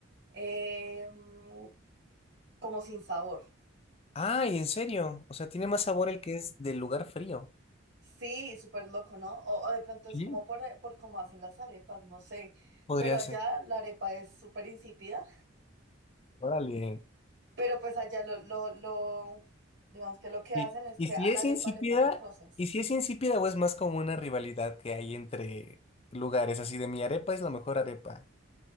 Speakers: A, on the right; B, on the left.
A: eh, mm, como sin sabor.
B: Ay, en serio. O sea, tiene más sabor
A: Sí,
B: el que es del lugar frío.
A: Sí, súper loco, ¿no? O, o de pronto
B: Sí,
A: es como por, por cómo hacen las arepas, no sé.
B: Podría
A: Pero allá
B: ser.
A: la arepa es súper insípida.
B: Órale.
A: Pero pues allá lo, lo, lo, digamos que lo que
B: Y,
A: hacen es
B: y
A: que
B: si
A: a la
B: es
A: arepa
B: insípida,
A: le ponen cosas.
B: y si es insípida o es más como una rivalidad que hay entre lugares así de mi arepa es la mejor arepa.